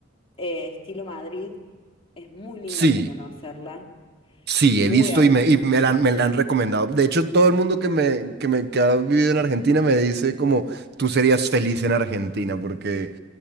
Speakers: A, on the left; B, on the right.
A: eh, estilo Madrid. Es muy linda
B: Sí,
A: para conocerla,
B: sí,
A: muy
B: he visto
A: hermosa.
B: y me, y me la, han me la han recomendado. De hecho, todo el mundo que me, que me que ha vivido en Argentina me dice como tú serías feliz en Argentina porque